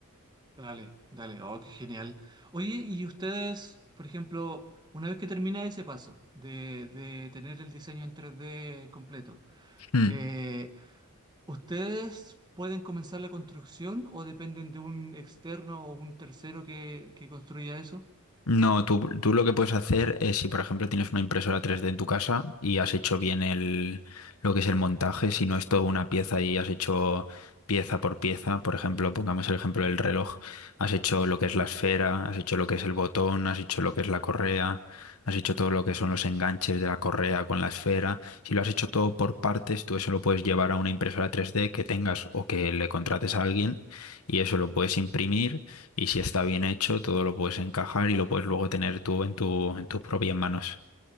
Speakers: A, on the right (about 20°); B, on the left (about 75°).
A: Dale, dale, oh, qué genial. Oye, y ustedes, por ejemplo, una vez que termina ese paso de, de tener el diseño en 3D completo,
B: Mm.
A: eh, ¿ustedes pueden comenzar la construcción o dependen de un externo o un tercero que, que construya eso?
B: No, tú, tú lo que puedes hacer es si, por ejemplo, tienes una impresora 3D en tu casa y has hecho bien el, lo que es el montaje, si no es toda una pieza y has hecho pieza por pieza, por ejemplo, pongamos el ejemplo del reloj, has hecho lo que es la esfera, has hecho lo que es el botón, has hecho lo que es la correa, has hecho todo lo que son los enganches de la correa con la esfera, si lo has hecho todo por partes, tú eso lo puedes llevar a una impresora 3D que tengas o que le contrates a alguien y eso lo puedes imprimir y si está bien hecho, todo lo puedes encajar y lo puedes luego tener tú en tu, en tus propias manos.